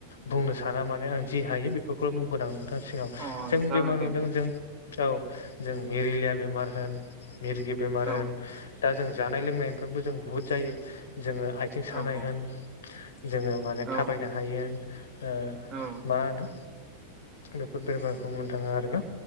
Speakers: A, on the left; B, on the right.
A: बुंनो साना माने आं जि हायो बेफोरखौ बुंगो आं सिगां
B: अ
A: जों
B: जागोन
A: बेमा
B: दे
A: नुदों
B: नोंथां
A: जों औ जों मिरिलिया बेमार होन मिरगि बेमार
B: औ
A: होन दा जों जानाय लोंनायनिफ्रायबो जों बुहुत जायो जोङो आथिं सानाय
B: औ औ
A: होन जोङो माने
B: औ
A: थाबायनो हायो ओ
B: औ
A: मा होनो बेफोर बेरमखौ मोननो थाङो आरोना